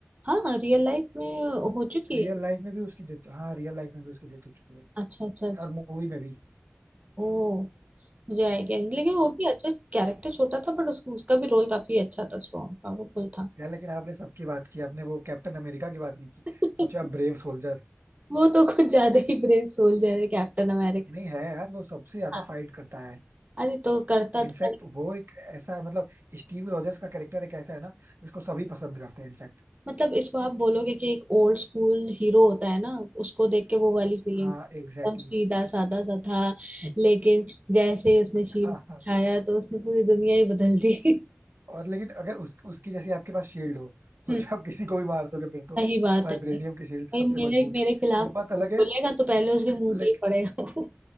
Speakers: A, on the right (about 35°); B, on the right (about 70°).
A: हाँ रियल लाइफ में हो चुकी
B: रियल
A: है
B: लाइफ में भी उसकी डेथ हाँ रियल लाइफ में भी उसकी डेथ हो चुकी है
A: अच्छा अच्छा अच्छा
B: और मूवी में भी
A: ओ मुझे आइडिया नहीं लेकिन
B: हाँ
A: वो भी अच्छा कैरेक्टर छोटा था बट उसका उसका भी रोल काफी अच्छा था स्ट्रॉन्ग पावरफुल था
B: यार लेकिन आपने सबकी बात की आपने वो कैप्टन अमेरिका की बात नहीं की
A: <laughs>
B: सोचा आप ब्रेव सोल्जर
A: वो तो कुछ ज्यादा ही ब्रेव सोल्जर है कैप्टन अमेरिका
B: नहीं है यार वो सबसे ज्यादा
A: हाँ
B: फाइट करता है
A: अरे तो करता था
B: इनफैक्ट वो एक ऐसा मतलब स्टीव रॉजर्स का कैरेक्टर एक ऐसा है ना जिसको सभी पसंद करते हैं इनफैक्ट
A: मतलब इसको आप बोलोगे कि एक ओल्ड स्कूल हीरो होता है ना उसको देख के वो वाली फीलिंग
B: हाँ एग्जैक्टली
A: एकदम सीधा
B: exactly.
A: साधा सा था लेकिन जैसे ही उसने शील्ड
B: हाँ
A: उठाया
B: हाँ
A: तो उसने पूरी दुनिया ही बदल दी <laughs>
B: और लेकिन अगर उस, उसकी जैसी आपके पास शील्ड हो सोचो
A: हम्म,
B: आप किसी को भी मार दोगे फिर तो
A: सही बात
B: वाइब्रेनियम
A: है भाई भाई
B: की शील्ड सबसे
A: मेरे
B: मजबूत
A: मेरे खिलाफ
B: वो बात
A: कुछ
B: अलग
A: बोलेगा तो पहले उसके मुंह
B: है
A: पे ही पड़ेगा वो।